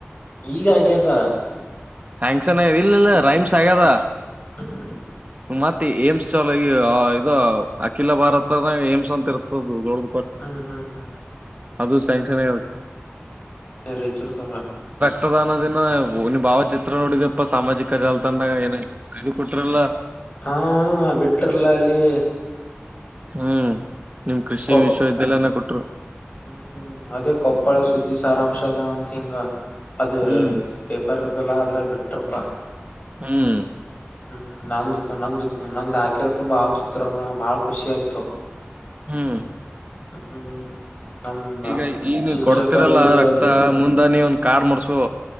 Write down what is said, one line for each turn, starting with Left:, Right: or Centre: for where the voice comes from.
Left: ಈಗ ಹಾಗೆದ
Right: ಸ್ಯಾಂಗ್ಸನ್ ಇಲ್ಲ ಇಲ್ಲ ರೈಮ್ಸ್ ಆಗದ
Left: ಹ್ಮ್
Right: ಮತ್ತೆ ಏಮ್ಸ್ ಲ ಈ ಇದು ಅಖಿಲ ಭಾರತ ಏಮ್ಸ್ ಅಂತ ಇರ್ತದ ದೊಡ್ಡ
Left: ಹ್ಮ್ ಹ್ಮ್ ಹ್ಮ್
Right: ಅದು ಸ್ಯಾಂಕ್ಷನ್
Left: ಸರಿ ಹೆಚಿಡ್ಕಾವ
Right: ತದಾನದಿನ ನಿ ಭಾವ ಚಿತ್ರ ನೋಡಿದಪ್ಪ ಸಾಮಾಜಿಕ ಜಾಲತಂಡ ಏನ ಇದು ಕೊಟ್ರಲ್ಲ
Left: ಹಾ ಹಾ ಬಿಟ್ ತ್ರಲ್ಲ ಅಲ್ಲಿ
Right: ಹ್ಮ ನಿಮ್ ಕೃಷಿ
Left: ಕೊಪ್ಪ
Right: ವಿಶ್ವ ವಿದ್ಯಾನಿಲಯ ದಿಂದ ಕೊಟ್ರು
Left: ಹ್ಮ್ ಅದೇ ಕೊಪ್ಪಳ ಸುದ್ದಿ ಸಾರಾಂಶದ ಅಂತಿ ಹಿಂಗ ಅದ
Right: ಹ್ಮ್
Left: ಪೇಪರ್ ರೂಬೆಲ್ಲ ಆದ್ರ ಬಿಟ್ರಪ್ಪ
Right: ಹ್ಮ್
Left: ಹ್ಮ್ ನಂದು ಪೂ ನಂದು ಹ ನಂದ್ ಹಾಕಿರಪ್ಪ ಭಾವಳ ಚಿತ್ರ ಬಾಳ ಖುಷಿ ಆಯ್ತು.
Right: ಹ್ಮ್.
Left: ಹ್ಮ್. ನಮ್ಮ
Right: ಈಗ ಈನು
Left: ಶಿಕ್ಷಕರು
Right: ಕೊಡ್ತಿರಲ್ಲ
Left: ಇದ್ರಲ್ಲಿ
Right: ರಕ್ತ ಮುಂದ ನೀ ಒನ್ ಕಾರ್ಡ್ ಮಾಡ್ಸು.